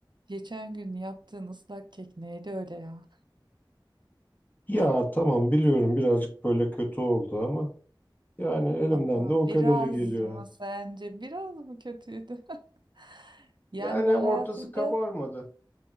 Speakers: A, on the right; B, on the left.
A: Geçen gün yaptığın ıslak kek neydi öyle ya?
B: Ya tamam biliyorum birazcık böyle kötü oldu ama yani elimden
A: Ama
B: de o
A: biraz
B: kadarı geliyor.
A: mı sence biraz mı kötüydü? <laughs> Yani
B: Yani
A: ben
B: ortası
A: hayatımda
B: kabarmadı.